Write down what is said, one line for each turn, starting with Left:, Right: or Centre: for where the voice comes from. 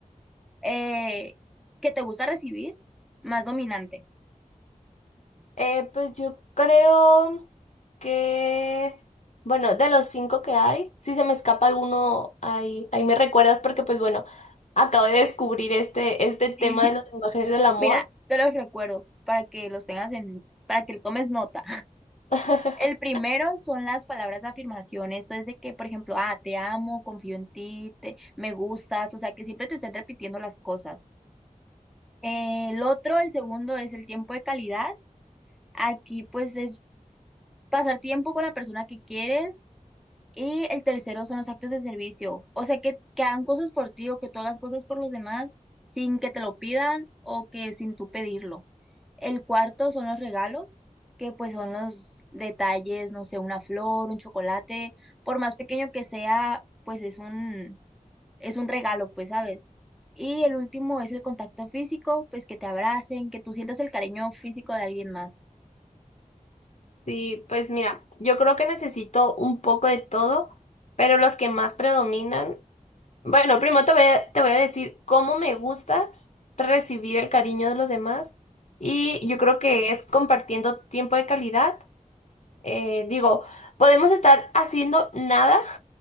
Centre: eh, que te gusta recibir más dominante?
Left: <laughs> eh, pues yo creo que, bueno, de los cinco que hay, si se me escapa alguno, ahí, ahí me recuerdas porque pues bueno, acabo de descubrir este, este tema
Centre: <laughs>
Left: de los lenguajes del amor.
Centre: Mira, te los recuerdo para que los tengas en, para que tomes nota.
Left: <laughs>
Centre: El primero son las palabras de afirmación. Esto es de que, por ejemplo, ah, te amo, confío en ti, te, me gustas, o sea, que siempre te estén repitiendo las cosas. El otro, el segundo, es el tiempo de calidad. Aquí, pues, es pasar tiempo con la persona que quieres. Y el tercero son los actos de servicio. O sea, que, que hagan cosas por ti o que tú hagas cosas por los demás sin que te lo pidan o que sin tú pedirlo. El cuarto son los regalos, que pues son los detalles, no sé, una flor, un chocolate, por más pequeño que sea, pues es un, es un regalo, pues, ¿sabes? Y el último es el contacto físico, pues que te abracen, que tú sientas el cariño físico de alguien más.
Left: Sí, pues mira, yo creo que necesito un poco de todo, pero los que más predominan, bueno, primero te voy a, te voy a decir cómo me gusta recibir el cariño de los demás y yo creo que es compartiendo tiempo de calidad. Eh, digo, podemos estar haciendo nada,